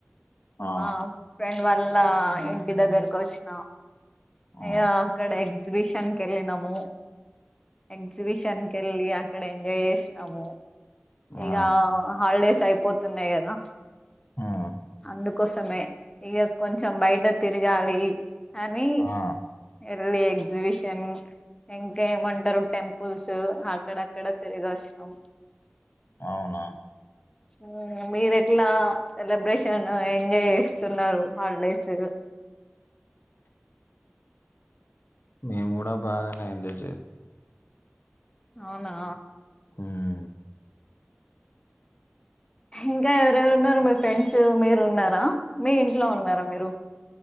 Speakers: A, on the left; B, on the left.
A: ఆ
B: మా ఫ్రెండ్ వాల్ల ఇంటి దగ్గరకు వచ్చిన
A: ఆ
B: ఇగ అక్కడ ఎగ్జిబిషన్ కి ఎళ్ళినము. ఎగ్జిబిషన్కి కెళ్ళి అక్కడ ఎంజాయ్ చేసినము. ఇగా
A: ఆ
B: హాలిడేస్ అయిపోతున్నయి కదా
A: ఆ
B: అందుకోసమే ఇగ కొంచం బయట తిరగాలి. అని
A: ఆ
B: ఎళ్లి ఎక్సిిబిషన్ ఇంకెమంటరు టెంపుల్సు అక్కడక్కడ తిరిగి వచ్చినం.
A: అవునా
B: ఉమ్ మీరు ఎట్లా సెలబ్రేషన్, ఎంజాయ్ చేస్తున్నరు హాలిడేసు
A: మేము కుడ బాగనే ఏంజయ్
B: అవునా
A: ఉమ్
B: ఇంకా ఎవరెవరు ఉన్నరు మీ ఫ్రెండ్స్ మీరు ఉన్నారా, మీ ఇంట్లో ఉన్నారా మీరు?